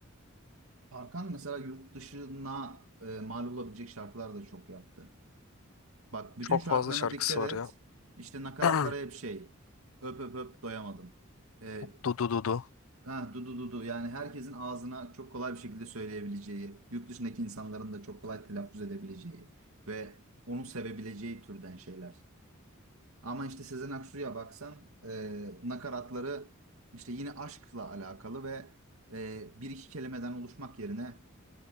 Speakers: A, on the right; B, on the left.
A: Tarkan mesela yurt dışına e, mal olabilecek şarkılar da çok yaptı. Bak bütün
B: Çok
A: şarkılarına
B: fazla şarkısı
A: dikkat
B: var
A: et.
B: ya.
A: İşte nakaratlara
B: <clears throat>
A: hep şey. Öp öp öp doyamadım. E,
B: Dudu Dudu.
A: ha, du du du du. Yani herkesin ağzına çok kolay bir şekilde söyleyebileceği, yurt dışındaki insanların da çok kolay telaffuz edebileceği ve onu sevebileceği türden şeyler. Ama işte Sezen Aksu'ya baksan e, nakaratları işte yine aşkla alakalı ve e, bir iki kelimeden oluşmak yerine